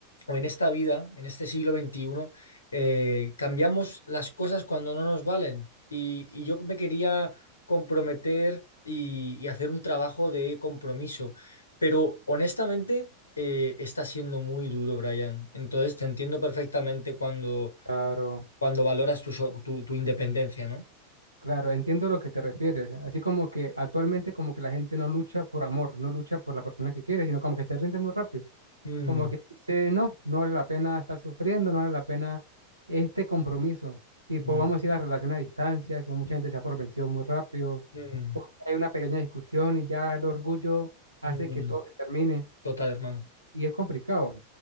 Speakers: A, on the left; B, on the right.
A: o en esta vida, en este siglo XXI, eh, cambiamos las cosas cuando no nos valen. Y, y yo me quería comprometer y, y hacer un trabajo de compromiso, pero honestamente... eh, está siendo muy duro, Brian. Entonces te entiendo perfectamente cuando,
B: claro.
A: cuando valoras tu, so- tu, tu independencia, ¿no?
B: Claro, entiendo lo que te refieres. Así como que actualmente como que la gente no lucha por amor, no lucha por la persona que quiere, sino como que se rinde muy rápido.
A: Mm,
B: Como que dice, no, no vale la pena estar sufriendo, no vale la pena este compromiso. Tipo,
A: mm,
B: vamos a decir la relación a distancia, que mucha gente se ha por vencido muy rápido.
A: mm,
B: o que hay una pequeña discusión y ya el orgullo hace
A: mm.
B: que todo se termine
A: Total, hermano.
B: y es complicado.